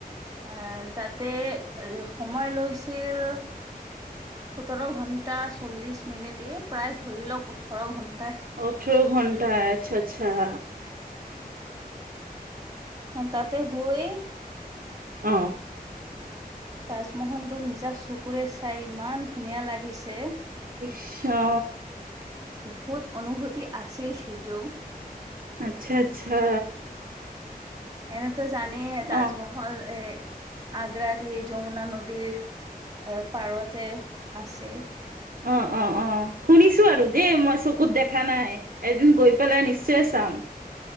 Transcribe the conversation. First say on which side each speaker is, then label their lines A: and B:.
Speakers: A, on the right; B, on the right.
A: এ তাত তে এ সময় লৈছিল সোতৰ ঘন্টা চল্লিশ এনেতেয প্ৰায় ধৰি লওক ওঠৰ ঘন্টা।
B: ওঠৰ ঘণ্টাই, আচ্ছা-আচ্ছা।
A: তাতে গৈ
B: অ'।
A: তাজমহল টো নিজা চকুৰে চাই ইমান ধুনীয়া লাগিছে
B: আচ্ছা।
A: বহুত অনুভূতি আছিল সেইটোও।
B: আচ্ছা-আচ্ছা।
A: এনেতো জানেই তাজমহল
B: অ
A: এ আগ্ৰাত সেই যমুনা নদীৰ অ, পাৰতে আছে।
B: অ'-অ'-অ', শুনিছো আৰু দেই মই চকুত দেখা নাই এদিন গৈ পেলাই নিশ্চয় চাম।